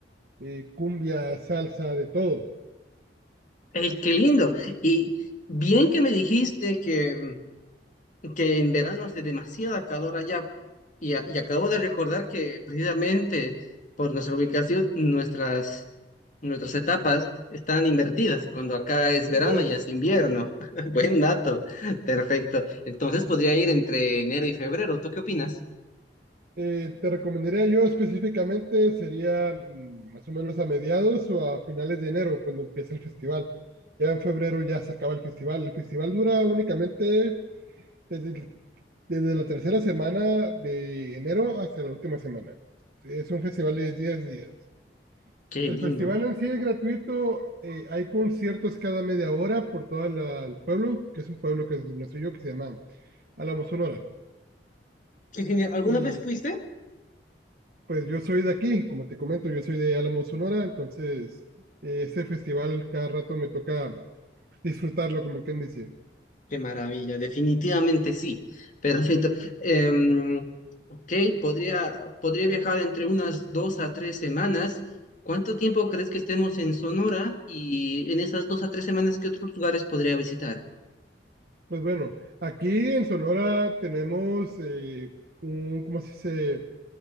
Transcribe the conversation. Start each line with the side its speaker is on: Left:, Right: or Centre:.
Right: eh, cumbia, salsa, de todo,
Left: Ey, qué lindo. Y bien que me dijiste que, mm, que en verano hace demasiada calor allá. Y, a- y acabo de recordar que precisamente por nuestra ubicación, nuestras, nuestras etapas están invertidas. Cuando acá es
Right: así
Left: verano,
Right: es.
Left: allá es invierno. <laughs> Buen dato. Perfecto. Entonces podría ir entre enero y febrero. ¿Tú qué opinas?
Right: Eh, te recomendaría yo específicamente, sería mm, más o menos a mediados o a finales de enero, cuando empieza el festival. Ya en febrero ya se acaba el festival. El festival dura únicamente desde, el- desde la tercera semana de enero hasta la última semana. Es un festival de 10 días.
Left: Qué
Right: El
Left: lindo.
Right: festival en sí es gratuito, eh, hay conciertos cada media hora por todo el pueblo, que es un pueblo que es nuestro yo, que se llama Álamo Sonora.
Left: Qué genial. ¿Alguna
Right: Y
Left: vez fuiste?
Right: pues yo soy de aquí, como te comento, yo soy de Álamo Sonora, entonces eh, ese festival cada rato me toca disfrutarlo, como quien dice.
Left: Qué maravilla, definitivamente sí. Perfecto. Em, ok, podría, podría viajar entre unas dos a tres semanas. ¿Cuánto tiempo crees que estemos en Sonora? Y en esas dos a tres semanas, ¿qué otros lugares podría visitar?
Right: Pues bueno, aquí en Sonora tenemos eh, un, ¿cómo se dice?